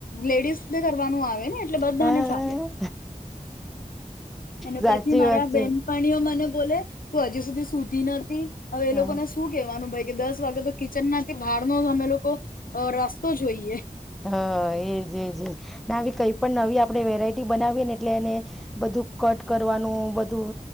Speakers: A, on the left (about 80°); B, in the centre.
A: લેડીઝ કરવાનું આવે ને? એ બધાને
B: હા
A: ચાલે અને
B: સાચી
A: પછી મારા
B: વાત છે
A: બેનપણીઓ મને બોલે તું હજી સુધી સૂતી નતી? હવે એ
B: હા
A: લોકોને શું કેવાનું ભાઈ! કે દસ વાગે તો કિચનમાંથી બહારનો અમે લોકો રસ્તો જોઈએ.
B: હ એજ એજ એ ને આવી કઈ પણ નવી આપણે વેરાયટી બનાવીએ ને એટલે એને બધું કટ કરવાનું, બધું